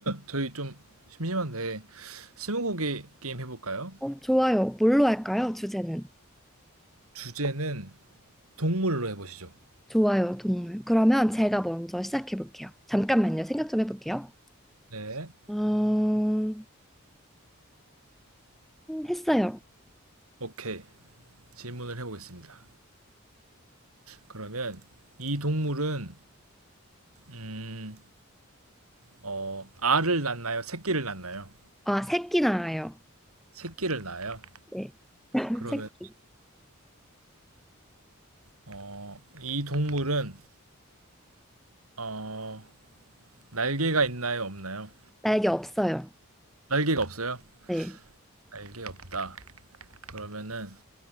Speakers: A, on the right (about 85°); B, in the centre.
A: 저희 좀 심심한데 스무고개 게임 해볼까요?
B: 어, 좋아요. 뭘로 할까요? 주제는.
A: 주제는 동물로 해보시죠.
B: 좋아요, 동물. 그러면 제가 먼저 시작해 볼게요. 잠깐만요. 생각 좀 해볼게요.
A: 네,
B: 어, 음, 했어요.
A: 오케이 질문을 해보겠습니다. 그러면 이 동물은 음, 어, 알을 낳나요? 새끼를 낳나요?
B: 아, 새끼 나와요.
A: 새끼를 낳아요.
B: 네, <laughs>
A: 그러면
B: 새끼.
A: 어, 이 동물은 어, 날개가 있나요? 없나요?
B: 날개 없어요.
A: 날개가 없어요?
B: 네,
A: 날개 없다. 그러면은